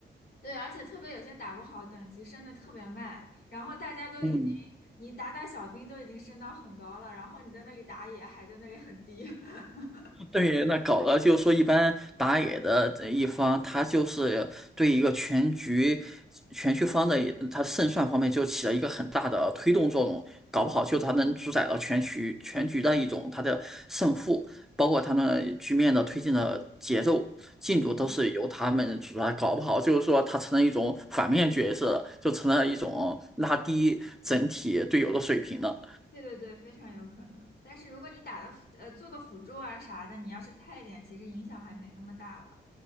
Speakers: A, on the left; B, in the centre.
A: 对，而且特别有些打不好，等级升的特别慢，然后大家都已经，
B: 嗯，
A: 你打打小兵都已经升到很高了，然后你在那里打野还在那里很低。<laughs>
B: 对，那搞得就是说，一般打野的这一方，他就是对一个全局、全局方的一他胜算方面就起了一个很大的推动作用，搞不好就他能主宰了全局、
A: 嗯
B: 全局的一种他的胜负，包括他们局面的推进的节奏、进度都是由他们主宰，
A: 嗯，
B: 搞不好就是说他成了一种反面角色，就成了一种拉低整体队友的水平了。
A: 对对对，非常有可能。但是如果你打的辅呃做个辅助啊啥的，你要是菜一点，其实影响还没那么大了。